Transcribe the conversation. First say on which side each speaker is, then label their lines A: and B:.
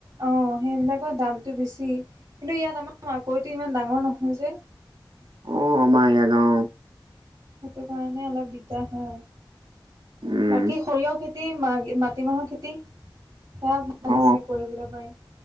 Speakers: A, on the right; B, on the right.
A: অ সেইবিলাকৰ দামটো বেছি কিন্তু ইয়াত আমাৰ মাকৈটো ইমান ডাঙৰ নহয় যে।
B: অ আমাৰ ইয়াত অ।
A: সেইটো কাৰণে অলপ দিগদাৰ হয় আৰু।
B: উম,
A: বাকী সৰিয়হ খেতি, মা মাটিমাহৰ খেত তি, সেয়া ভাল
B: অ',
A: আছে কৰিবলৈ পাৰি।